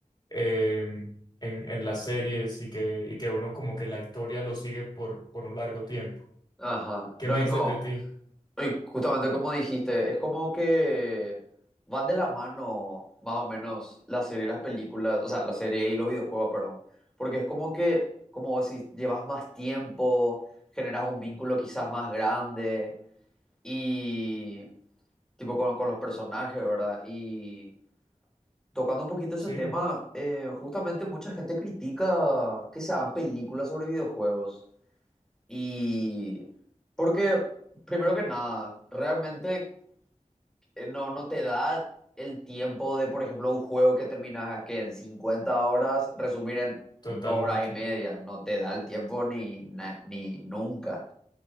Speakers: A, on the left; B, in the centre.
A: eh, en, en las series y que, y que uno como que la historia lo sigue por, por un largo tiempo.
B: Ajá.
A: ¿Qué
B: Lo
A: me
B: único.
A: dices de ti?
B: Y justamente como dijiste, es como que van de la mano, más o menos, las series y las películas, o sea, las series y los videojuegos, perdón. Porque es como que, como vos decís, llevas más tiempo, generas un vínculo quizás más grande y, tipo, con, con los personajes, ¿verdad? Y tocando un poquito ese
A: Sí,
B: tema, eh, justamente mucha gente critica que se hagan películas sobre videojuegos. Y porque, primero que nada, realmente eh, no, no te da el tiempo de, por ejemplo, un juego que terminas que en 50 horas, resumir en
A: totalmente.
B: dos horas y media. No te da el tiempo ni, na- ni nunca.